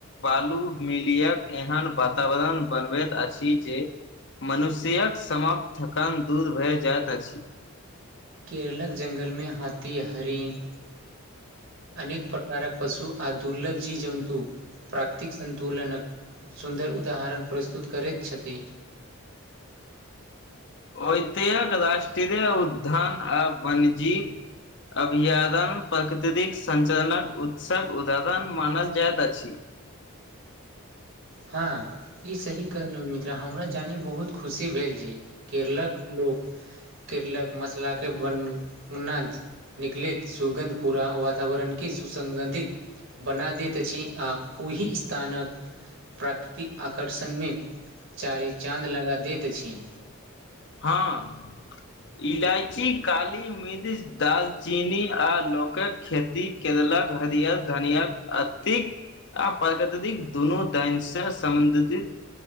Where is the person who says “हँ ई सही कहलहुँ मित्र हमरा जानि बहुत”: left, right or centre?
Right